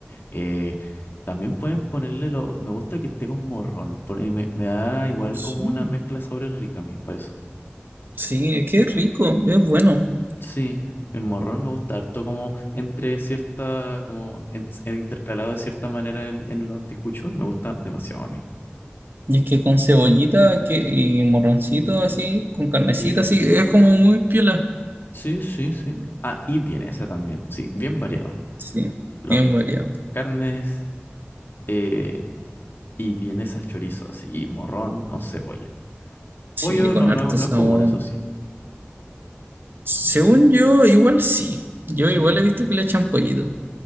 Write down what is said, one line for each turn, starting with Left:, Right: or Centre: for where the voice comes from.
Left: Eh, también pueden ponerle lo. Me gusta que esté con morrón. porque me, me da igual
Right: sí,
Left: como una mezcla sobre rica a mí, para eso.
Right: sí, es que es rico, es bueno.
Left: Sí, el morrón me gusta harto como entre cierta, como en- en intercalado de cierta manera en, en lo anticucho. Me gusta demasiado a mí.
Right: Y es que con cebollita que, y morroncito así, con carnecita
Left: Sí,
Right: así, es como muy piola.
Left: sí, sí, sí. Ah, y vienesa también. Sí, bien variado.
Right: Sí,
Left: Las
Right: bien variado.
Left: carnes eh, y vienesa chorizo, así, y morrón con cebolla.
Right: Sí,
Left: Pollo
Right: con
Left: no,
Right: harto
Left: no, no
Right: sabor.
Left: es común, eso sí.
Right: Según yo, igual sí. Yo
Left: Sí.
Right: igual he visto que le echan pollito.